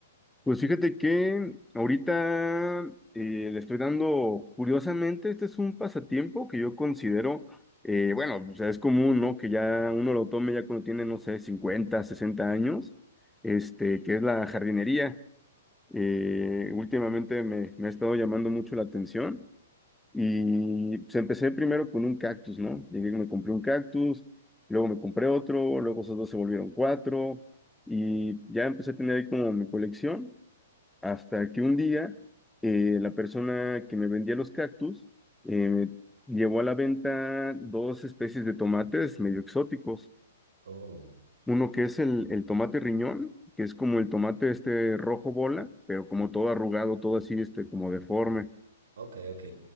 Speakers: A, in the centre; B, on the right.
A: Pues fíjate que ahorita eh, le estoy dando, curiosamente, este es un pasatiempo que yo considero, eh, bueno, o sea, es común, ¿no? Que ya uno lo tome ya cuando tiene, no sé, 50 60 años, este, que es la jardinería. Eh, últimamente me, me ha estado llamando mucho la atención y pues, empecé primero con un cactus, ¿no? Llegué, y me compré un cactus, luego me compré otro, luego esos dos se volvieron cuatro y ya empecé a tener ahí como mi colección. Hasta que un día eh, la persona que me vendía los cactus eh, llevó a la venta dos especies de tomates medio exóticos.
B: Oh,
A: Uno que es el, el tomate riñón, que es como el tomate este rojo bola, pero como todo arrugado, todo así, este, como deforme.
B: ok, ok.